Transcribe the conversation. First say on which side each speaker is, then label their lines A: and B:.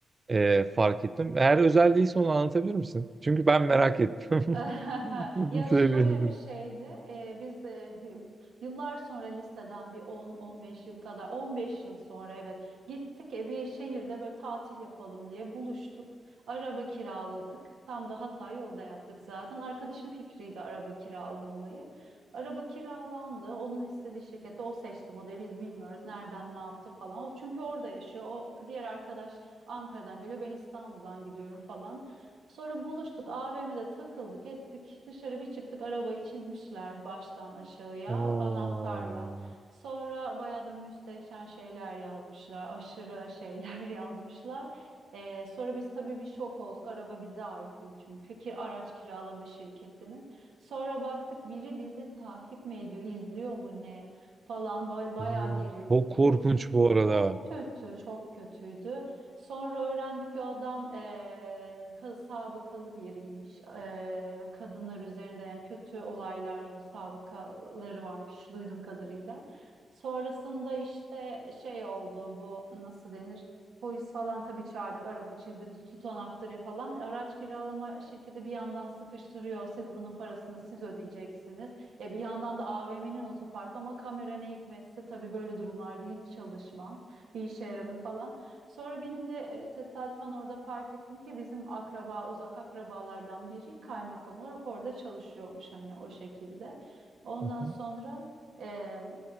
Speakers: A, on the right; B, on the right.
A: e, fark ettim. Eğer özel değilse onu anlatabilir misin? Çünkü ben merak ettim.
B: <laughs>
A: <laughs> Bunu
B: Ya
A: Söyleyebilirim.
B: şöyle bir şeydi. e, biz e, bir- yıllar sonra liseden bir on on beş yıl kadar on beş yıl sonra evet gittik e, bir şehirde böyle tatil yapalım diye buluştuk. Araba kiraladık. Tam da Hatay'ı orada yaptık zaten. Arkadaşım fikriydi araba kiralama olayı. Araba kiralandı. Onun istediği şirkette o seçti modeli. Biz bilmiyoruz nereden ne yaptı falan. O çünkü orada yaşıyor. O diğer arkadaş Ankara'dan geliyor. Ben İstanbul'dan gidiyorum falan. Sonra buluştuk AVM'de takıldık ettik dışarı bir çıktık arabayı çizmişler baştan aşağıya
A: Oo,
B: anahtarla. Sonra bayağı da müstehcen şeyler yazmışlar aşırı şeyler <laughs> yazmışlar. Ee, sonra biz tabii bir şok olduk araba bize ait değil çünkü ki araç kiralama şirketinin. Sonra baktık biri bizi takip mi ediyor izliyor mu ne falan bay bayağı
A: oo,
B: gerildik.
A: çok korkunç
B: Po-
A: bu arada.
B: çok kötü, çok kötüydü. Sonra öğrendik ki o adam eee ka- sabıkalı biriymiş. Eee, kadınlar üzerinde yani kötü olaylar, böyle sabıkaları varmış duyduğum kadarıyla. Sonrasında işte şey oldu bu nasıl denir? Polis falan tabii çağırdık, araba çizdirdi, tutanaktır falan. Araç kiralama şirketi bir yandan sıkıştırıyor. Siz bunun parasını siz ödeyeceksiniz. E bir yandan da AVM'nin otoparkı ama kamera ne hikmetse tabii böyle durumlarda hiç çalışmaz. Bir işe yaramıyor falan. Sonra benim de e, tesadüfen orada fark ettim ki bizim akraba, uzak akrabalardan biri kaymakam olarak orada çalışıyormuş hani o şekilde. Ondan
A: Hı hı.
B: sonra e,